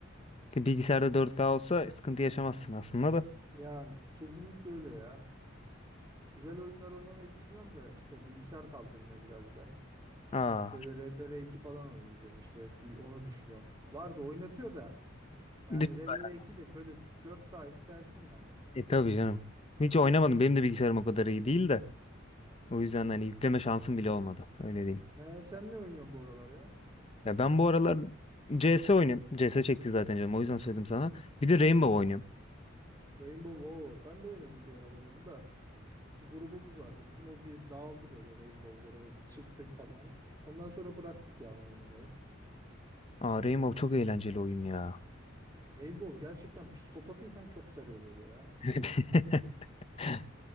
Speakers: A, on the left; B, on the right.
A: Ki Bilgisayarda 4K olsa sıkıntı yaşamazsın aslında da.
B: Yani kesinlikle öyle ya. Güzel oyunlar oynamayı düşünüyorum da işte bilgisayar kaldırmıyor biraz da.
A: Aa,
B: Şöyle RDR2 falan oynayacağım işte bir onu düşünüyorum. Vardı oynatıyor da yani
A: düşün
B: RDR2
A: bayağı.
B: de böyle 4K istersin yani.
A: E tabii canım. Hiç oynamadım. Benim de bilgisayarım o kadar iyi değil de. O yüzden hani yükleme şansım bile olmadı. Öyle diyeyim.
B: Ee, sen ne oynuyorsun bu aralar ya?
A: Ya ben bu aralar CS oynuyorum. CS çekti zaten canım. O yüzden söyledim sana. Bir de Rainbow oynuyorum.
B: Rainbow o ben de oynadım bir aralar onu da. Bir grubumuz vardı bizim o bir dağıldı böyle Rainbow grubu bir çıktık falan. Ondan sonra bıraktık yani oynamayı.
A: Aa Rainbow çok eğlenceli oyun ya.
B: Rainbow gerçekten psikopatıysan çok sarıyor böyle ya.
A: <laughs> Evet. <laughs>